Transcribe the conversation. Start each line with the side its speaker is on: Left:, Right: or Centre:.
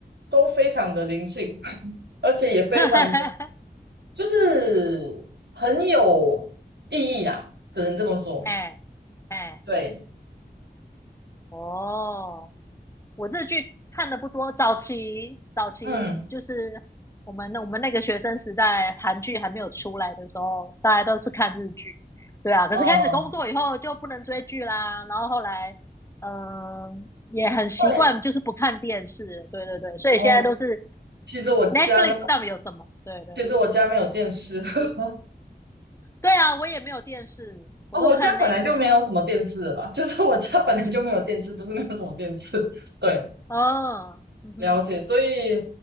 Right: 都非常的灵性，而且也非常的
Left: <laughs>
Right: 就是很有意义啊，只能这么说。
Left: 哎哎
Right: 对，
Left: 哦，我日剧看的不多，早期早期就是我们那我们那个学生时代，
Right: 嗯
Left: 韩剧还没有出来的时候，大家都是看日剧。对啊，可是开始工作以后就不能追剧啦，
Right: 嗯，呃
Left: 然后后来嗯、也很习惯就是不看电视了对对对，
Right: 对
Left: 所以现在都是
Right: 哦，其实我家。
Left: Netflix 上面有什么？对对对，
Right: 其实我家没有电视 <laughs>
Left: 对啊，我也没有电视，我都看
Right: 哦，我家本来就没有什么电视了就是我家本来就没有电视，
Left: Netflix。嗯，
Right: 不是没有什么电视。对，
Left: 哦，嗯哼，
Right: 了解。所以，